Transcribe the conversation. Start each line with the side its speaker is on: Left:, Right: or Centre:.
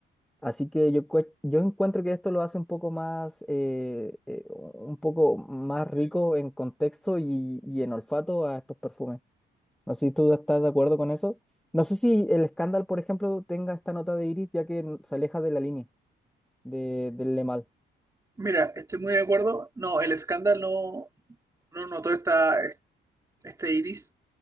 Centre: así que yo, cue- yo encuentro que esto lo hace un poco más, eh, eh, un poco más rico en contexto y, y en olfato a estos perfumes. No sé si tú estás de acuerdo con eso. No sé si el escándalo, por ejemplo, tenga esta nota de iris, ya que se aleja de la línea de, del Le Mal.
Right: Mira, estoy muy de acuerdo. No, el Scandal no, no notó esta, este iris